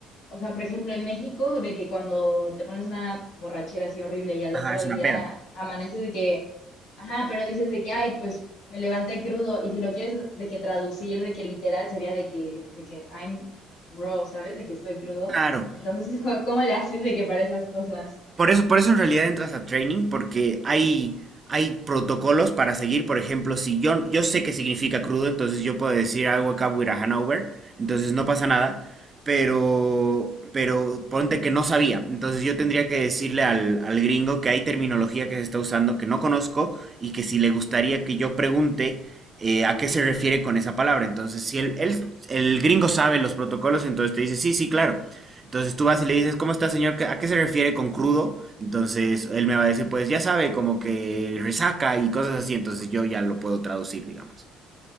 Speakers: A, on the left; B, on the right.
A: O sea, por ejemplo, en México, de que cuando te pones una borrachera así horrible y al
B: Ajá,
A: otro
B: es
A: día
B: una peda.
A: amaneces de que, ajá, pero dices de que, ay, pues me levanté crudo. Y si lo quieres de que traducir, de que literal sería de que, de que I'm raw, ¿sabes? De que estoy crudo.
B: Claro.
A: Entonces, <laughs> ¿cómo le haces de que para esas cosas?
B: Por eso, por eso en realidad entras a training, porque hay, hay protocolos para seguir. Por ejemplo, si yo, yo sé qué significa crudo, entonces yo puedo decir algo acá with a Hanover, entonces no pasa nada. Pero, pero ponte que no sabía. Entonces yo tendría que decirle al, al gringo que hay terminología que se está usando que no conozco y que si le gustaría que yo pregunte eh, a qué se refiere con esa palabra. Entonces, si el, el, el gringo sabe los protocolos, entonces te dice, sí, sí, claro. Entonces tú vas y le dices, ¿cómo está, señor? ¿Qué- ¿A qué se refiere con crudo? Entonces él me va a decir, pues ya sabe, como que resaca y cosas así. Entonces yo ya lo puedo traducir, digamos.